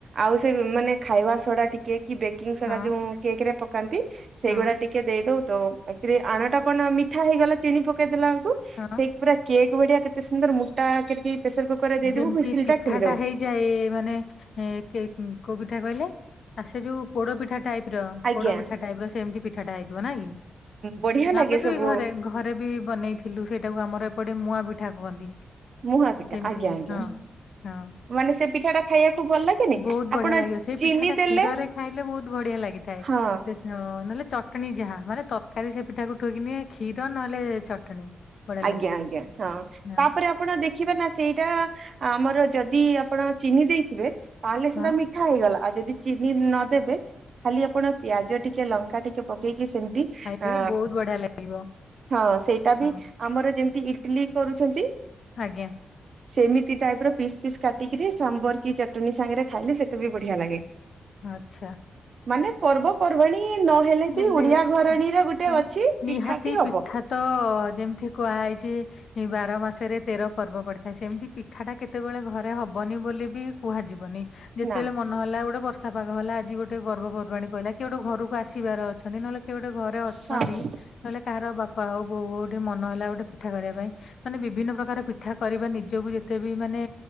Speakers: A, on the right; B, on the left.
A: ଆଉ ସେ ମାନେ ଖାଇବା ସଡା ଟିକେ କି ବେକିଂ ସୋଡା
B: ହଁ
A: ଯୋଉ କେକ୍ ରେ ପକାନ୍ତି ସେଇଗୁଡା
B: ହଁ
A: ଟିକେ ଦେଇ ଦଉ। ତ ଆକ୍ଚୁଲି ଆଣ ଟା କଣ ନା ମିଠା ହେଇଗଲା ଚିନ ପକେଇଦେଲବେଳ
B: ହଁ।
A: ପୁରା କେକ୍ ବଢିଆ କେତେ ସୁନ୍ଦର ମୁଟା କରିକି ପ୍ରେସର କୁକର ରେ ଦେଇଦବୁ
B: ଯେମିତି
A: ହୁଇସିଲ
B: ପିଠା
A: ଖୋଲିଦବୁ।
B: ଟା ହେଇଯାଏ ମାନେ ଏ-କୋ ପିଠା କହିଲେ? ଆଉ ସେ ଯୋଉ ପୋଡ ପିଠା ଟାଇପ ର
A: ଆଜ୍ଞା
B: ପୋଡ ପିଠା ଟାଇପ ର ସେମିତି ପିଠାଟା ହେଇଥିବ ନା କି?
A: ବଢିଆ ଲାଗେ
B: ଆମେ ବି
A: ସବୁ
B: ଘରେ ଘରେ ବି ବନେଇଥିଲୁ ସେଇଟାକୁ ଆମର ଏପଟେ ମୁଆଁ ପିଠା କୁହନ୍ତି।
A: ମୁହାପିଠା
B: ସେମିତି
A: ଆଜ୍ଞା ଆଜ୍ଞା।
B: ହଁ ହଁ।
A: ମାନେ ସେ ପିଠା ଟା ଖାଇବାକୁ ଭଲ ଲାଗେନି
B: ବହୁତ
A: ଆପଣ
B: ବଢିଆ ଲାଗିବ ସେଇ
A: ଚିନି
B: ପିଠାଟା
A: ଦେଲେ
B: କ୍ଷୀରରେ ଖାଇଲେ ବହୁତ ବଢିଆ ଲାଗିଥାଏ।
A: ହଁ
B: ସେ ସ-ନଲେ ଚଟଣୀ ଯାହା ମାନେ ତରକାରୀ ସେ ପିଠାକୁ ଠୋଇକି ନିଏ କ୍ଷୀର ନହେଲେ ଚଟଣି। ବଢିଆ
A: ଆଜ୍ଞା
B: ଲାଗିଥାଏ
A: ଆଜ୍ଞା ହଁ
B: ହଁ
A: ତାପରେ ଆପଣ ଦେଖିବେ ନା ସେଇଟା ଆମର ଯଦି ଆପଣ ଚିନି ଦେଇଥିବେ ତାହେଲେ ସେଟା
B: ହଁ
A: ମିଠା ହେଇଗଲା ଯଦି ଚିନି ନଦେବେ ଖାଲି ଆପଣ ପିଆଜ ଟିକେ ଲଙ୍କା ଟିକେ ପକେଇକି ସେମିତି
B: ଖାଇବେ
A: ଆ
B: ବହୁତ ବଢିଆ ଲାଗିବ
A: ହଁ ସେଇଟା ବି
B: ହଁ
A: ଯେମତି ଇଟଲିି କରୁଛନ୍ତି।
B: ଆଜ୍ଞା।
A: ସେମିତି ଟାଇପ ର ପିସ୍ ପିସ୍ କାଟିକିରି ସାମ୍ବର କି ଚଟନି ସାଙ୍ଗରେ ଖାଇଲେ ସେଟା ବି ବଢିଆ ଲାଗେ।
B: ଆଛା।
A: ମାନେ ପର୍ବପର୍ବାଣୀ ନହେଲେ
B: ହେଲେ
A: ବି ଓଡିଆ ଘରଣୀର ଗୋଟେ
B: ହ-
A: ଅଛି ପିଠାଟି
B: ନିହାତି
A: ହବ।
B: ପିଠା ତ ଯେମିତି କୁହାଯଇଛି ଏ ବାର ମାସ ସେରେ ତେର ପର୍ବ ପଡିଥାଏ ସେମିତି ପିଠାଟା କେତେବେଳେ ଘରେ ହବନି ବୋଲି ବି କୁହାଯିବନି। ଯେତେବେଳେ
A: ନା
B: ମନ ହେଲା ଗୋଟେ ବର୍ଷା ପାଗ ହେଲା ଆଜି ଗୋଟେ ପର୍ବପର୍ବାଣୀ ପହିଲା କି ଗୋଟେ ଘରକୁ ଆସିବାର ଅଛନ୍ତି ନହେଲେ କି ଗୋଟେ ଘରେ ଅଛନ୍ତି
A: ହଁ
B: ନହେଲେ କାହାର ବାପା ହଉ ବୋଉ ବୋଉ ଟିକେ ମନ ହେଲା ଗୋଟେ ପିଠା କରିବା ପାଇଁ ମାନେ ବିଭିନ୍ନ ପ୍ରକାର ପିଠା କରିବା ନିଜକୁ ଯେତେ ବି ମାନେ